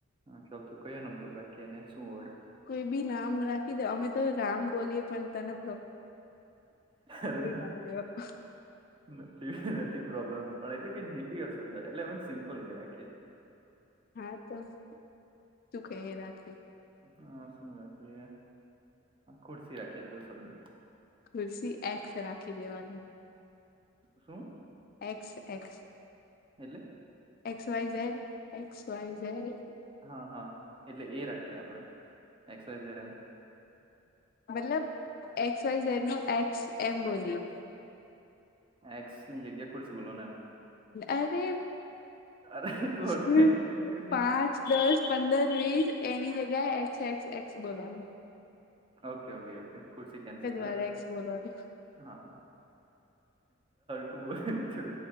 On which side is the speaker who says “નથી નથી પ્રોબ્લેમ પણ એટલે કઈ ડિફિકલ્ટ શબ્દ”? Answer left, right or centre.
Right